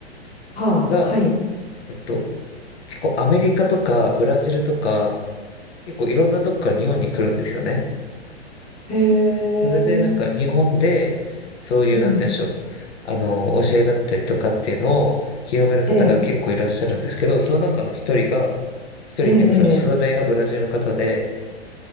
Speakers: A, on the left; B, on the left.
A: はあ、
B: が、
A: はい、
B: えっと、結構アメリカとかブラジルとか、結構いろんなとこから日本に来るんですよね。
A: へえ、
B: それでなんか日本で、そういう、
A: うん、
B: なんて言うんでしょう。あの、教えだったりとかっていうのを広める方が結構いらっしゃるんですけど、
A: ええ、
B: その中の一人が、一人っていうかその数名がブラジルの方で、
A: ええ、え